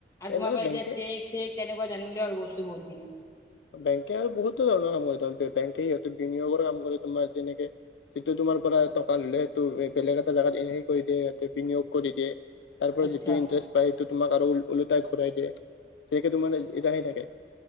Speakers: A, on the left (about 20°); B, on the left (about 80°).
A: আৰু
B: এনে
A: তোমাৰ পৰা এতিয়া
B: বেংকে
A: চেক চেক তেনেকুৱা জানিলেও আৰু বস্তু বহুত খিনি।
B: বেংকে বহুতো ধৰণৰ কাম কৰে তাৰ বেংকে সিহত বিনিয়োগৰ কাম কৰে তোমাৰ যেনেকে যিটো তোমাৰ পৰা টকা ললে সেইটো বেলেগ এটা জেগাত এনে কৰি দিয় সতে বিনিয়োগ কৰি দিয়ে। তাৰ পৰা
A: আচ্ছা
B: যিটো ইণ্টাৰেষ্ট পায় সেইটো তোমাক আৰু ওলোটাই ঘূৰাই দিয়ে সেকে তোমাৰে এতিাহে থাকে।